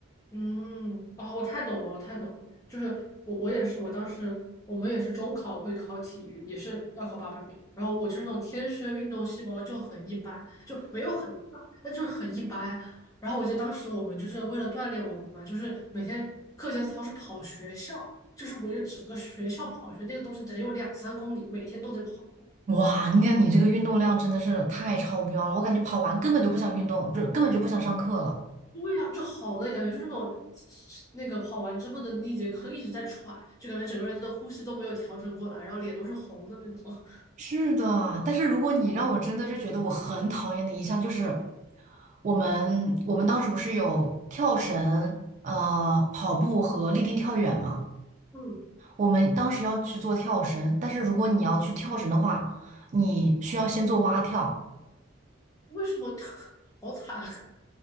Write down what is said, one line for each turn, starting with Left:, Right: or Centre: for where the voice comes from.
Left: 嗯，哦，我太懂了，我太懂了。就是我，我也是，我当时我们也是中考会考体育，也是要考八百米。然后我就是那种天生运动细胞就很一般，就没有很差，但就是很一般。然后我记得当时我们就是为了锻炼我们嘛，就是每天课间操是跑学校，就是围着整个学校跑一圈，那个东西得有两三公里，每天都得跑。
Right: 哇，你看你这个运动量真的是太超标了，我感觉跑完根本就不想运动，不是根本就不想上课了。
Left: 对呀，就好累，感觉就是那种那个跑完之后的那节课一直在喘，就感觉整个人的呼吸都没有调整过来，然后脸都是红的那种。
Right: 是的，但是如果你让我真的就觉得我很讨厌的一项就是，我们我们当时不是有跳绳、呃跑步和立定跳远嘛？
Left: 嗯，
Right: 我们当时要去做跳绳，但是如果你要去跳绳的话，你需要先做蛙跳，
Left: 为什么 <laughs> 好惨啊？